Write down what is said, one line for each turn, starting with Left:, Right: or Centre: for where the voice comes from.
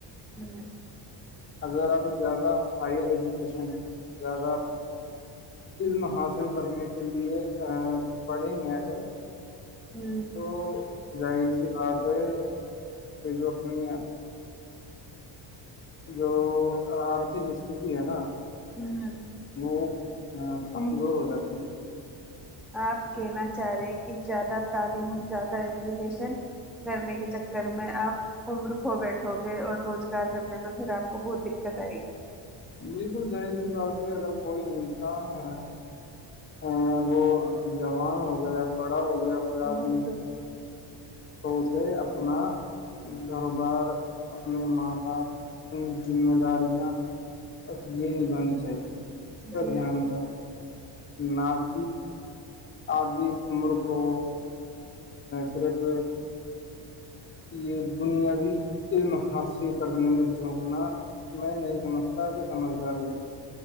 Centre: ہوں
Left: اگر آپ زیادہ ہائر ایجوکیشن زیادہ علم حاصل کرنے کے لے پڑھیں گے اگر
Centre: ہوں
Left: تو ظاہر سی بات ہے کہ جو اپنی جو آرتھک استتی ہے نا
Centre: ہوں
Left: وہو ہاں کمزور ہو جاتی
Centre: آپ کہنا چاہ رہے ہیں کہ زیادہ تعلیم زیادہ ایجوکیشن کرنے کے چکر میں آپ عمر کھو بیٹھو گے اور روزگار کرنے میں پھر آپ کو بہت دقت آئے گی
Left: بالکل جظاہر سی بات ہے اگر کوئی انسان ہے ا وہ جوان ہو گیا بڑا ہو گیا کوئی آدمی
Centre: بالکل
Left: تو اسے اپنا گاروبار اپنے ماں باپ اپنی ذمہ داریاں بس یہ نبھانی چاہیے اس کا
Centre: جی
Left: دھیان دیں نہاک آدی عمر کو صرف یہ دنیاوی علم حاصل کرنے میں جھونکنا میں نہیں سمجھتا کہ سمجھداری ہے